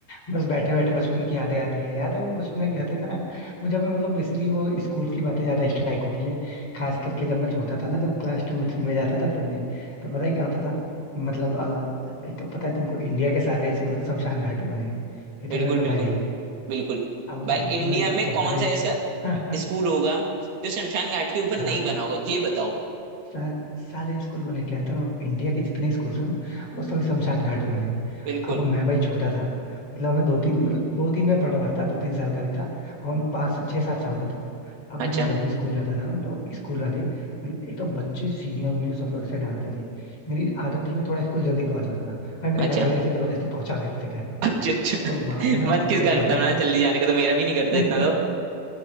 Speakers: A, on the left; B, on the right.
A: बस बैठे बैठे बचपन की यादें आती हैं याद है वो बचपन में कहते थे ना मुझे अभी मतलब बेसिकली वो स्कूल की बातें ज्यादा स्ट्राइक होती है खास करके जब मैं छोटा था ना जब क्लास टू थ्री में जाता था पढ़ने तो पता है क्या होता था मतलब अ, एक तो पता है तुमको इंडिया के सारे स्कूल ना शमशान घाट पे बने हैं ये
B: बिल्कुल
A: तो तुम्हें पता
B: बिल्कुल
A: है ही
B: बिल्कुल
A: अब
B: भाई
A: जब भी
B: इंडिया
A: मैं
B: में
A: जब
B: कौन
A: भी मैं
B: सा
A: स्कूल
B: ऐसा स्कूल होगा जो शमशान घाट के
A: <laughs>
B: ऊपर
A: हाँ
B: नहीं बना होगा ये बताओ
A: सा, सारे स्कूल बने क्या है तो ना, इंडिया के जितने स्कूल है ना वो सभी शमशान घाट पे बने हैं।
B: बिल्कुल
A: अब मैं भाई छोटा था मतलब मैं दो तीन मतलब दो तीन में पढ़ रहा था दो तीन साल का नहीं था और हम पाँच छह सात साल का था अब
B: अच्छा
A: मैं जब भी स्कूल जाता था ना तो स्कूल वाले मतलब एक तो बच्चे सीनियर मुझे सब लोग ऐसे डराते थे मेरी आदत थी मैं थोड़ा स्कूल जल्दी पहुंच जाता था भाई मेरे
B: अच्छा
A: घर वाले ऐसे जबरदस्ती पहुंचा देते थे कह दो
B: अच्छा अच्छा
A: तो वहां
B: <laughs>
A: पे ना वो
B: मन किसका
A: लोग कहते
B: करता है ना
A: थे
B: जल्दी जाने का तो मेरा भी नहीं
A: <laughs>
B: करता इतना तो